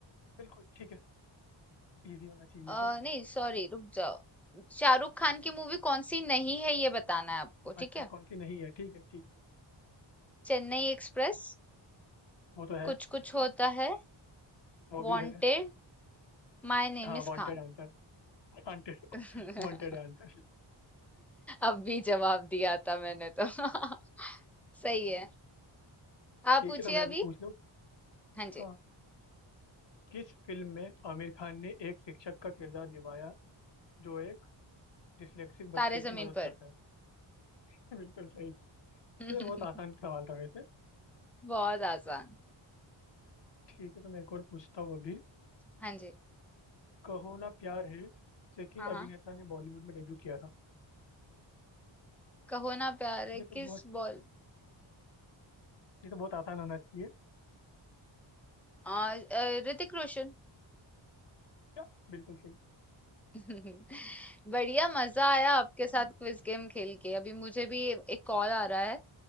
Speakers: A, on the left; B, in the centre.
A: बिल्कुल ठीक है इजी होना चाहिए
B: अ,
A: तो
B: नहीं सॉरी रुक जाओ शाहरुख खान की मूवी कौन सी नहीं है ये बताना है आपको ठीक
A: अच्छा
B: है
A: कौन सी नहीं है ठीक है ठीक है
B: चेन्नई एक्सप्रेस
A: वो तो है
B: कुछ कुछ होता है
A: वो
B: wanted
A: भी है
B: my name
A: हाँ
B: is
A: Wanted
B: Khan
A: answer Wanted
B: <laughs>
A: Wanted answer
B: अब भी जवाब दिया था मैंने तो <laughs> सही है आप
A: ठीक
B: पूछिए
A: है तो मैं
B: अभी
A: भी पूछ लूँ
B: हाँ जी
A: हाँ किस फिल्म में आमिर खान ने एक शिक्षक का किरदार निभाया जो एक डिस्लेक्सिक बच्चे
B: तारे
A: की
B: जमीन
A: मदद
B: पर
A: करता है <laughs> बिल्कुल सही ये
B: <laughs>
A: तो बहुत आसान सवाल था वैसे
B: बहुत आसान
A: ठीक है तो मैं एक और पूछता हूँ अभी
B: हाँ जी
A: कहो ना प्यार है से किस
B: हाँ
A: अभिनेता
B: हाँ
A: ने बॉलीवुड में डेब्यू किया था
B: कहो ना प्यार है
A: ये तो
B: किस
A: बहुत
B: बॉल
A: ये तो बहुत आसान होना चाहिए
B: आ, अ, ऋतिक रोशन
A: क्या बिल्कुल सही
B: <laughs> बढ़िया मजा आया आपके साथ क्विज गेम खेल के अभी मुझे भी एक कॉल आ रहा है